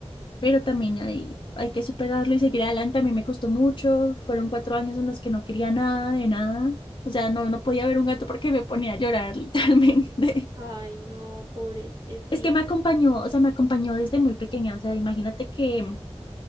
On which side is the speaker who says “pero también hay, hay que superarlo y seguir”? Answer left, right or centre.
Left